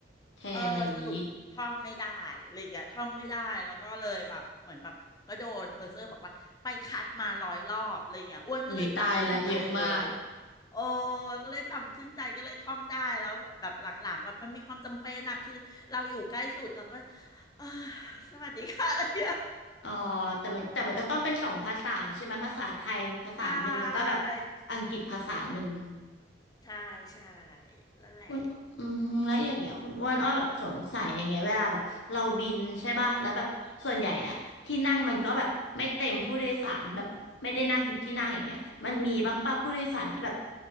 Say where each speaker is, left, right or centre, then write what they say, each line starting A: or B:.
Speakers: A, on the left; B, on the left.
A: แทนอะไรอย่างนี้
B: เออสรุปท่องไม่ได้อะไรอย่างเงี้ยท่องไม่ได้แล้วก็เลยแบบเหมือนแบบก็โดนเพอร์เซอร์บอกว่าไปคัดมาร้อยรอบอะไรอย่างเงี้ยอ้วนก็เลยจำขึ้นใจเลย
A: หุ้ยตายและเยอะมาก
B: โอ้ก็เลยจำขึ้นใจก็เลยท่องได้แล้วแบบหลังๆแบบมันมีความจำเป็นอะคือเราอยู่ใกล้สุดเราก็เออสวัสดีค่ะอะไรอย่างเงี้ย
A: อ๋อแต่มันแต่มันก็ต้องเป็นสองภาษาใช่ไหมภาษาไทยภาษาหนึ่งแล้วก็แบบ
B: ใช่
A: อังกฤษภาษาหนึ่ง
B: ใช่ใช่นั่นแหละ
A: คุณอืมฮึแล้วอย่างเงี้ยคุณอ้วนอ้อแบบสงสัยอย่างเงี้ยเวลาแบบเราบินใช่ป่ะแล้วแบบส่วนใหญ่อะที่นั่งมันก็แบบไม่เต็มผู้โดยสารแบบไม่ได้นั่งทุกที่นั่งอย่างเงี้ยมันมีบ้างป่ะผู้โดยสารที่แบบ
B: ค่ะ